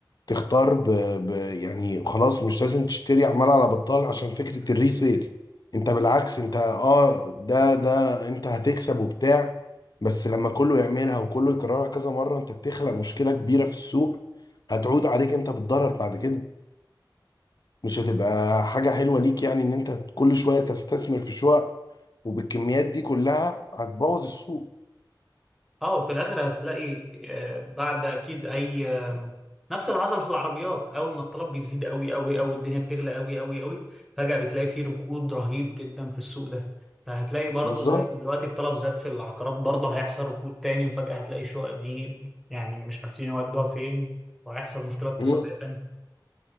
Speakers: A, on the left; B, in the centre.
A: تختار ب... ب... يعني خلاص مش لازم تشتري عمال على بطال عشان فكرة الريسيل انت بالعكس انت اه ده ده انت هتكسب وبتاع بس لما كله يعملها وكله يكررها كذا مرة انت بتخلق مشكلة كبيرة في السوق هتعود عليك انت بالضرر بعد كده مش هتبقى حاجة حلوة ليك يعني ان انت كل شوية تستثمر في شقق وبالكميات دي كلها هتبوظ السوق
B: اه وفي الاخر هتلاقي آه، بعد اكيد اي آم، نفس اللي حصل في العربيات اول ما الطلب بيزيد قوي قوي قوي الدنيا بتغلى قوي قوي قوي فجأة بتلاقي فيه ركود رهيب جدا في السوق ده فهتلاقي برضو
A: بالظبط
B: زي دلوقتي الطلب زاد في العقارات برضو هيحصل ركود تاني وفجأة هتلاقي الشقق دي يعني مش عارفين يودوها فين وهيحصل مشكلة اقتصادية
A: مم.
B: تانية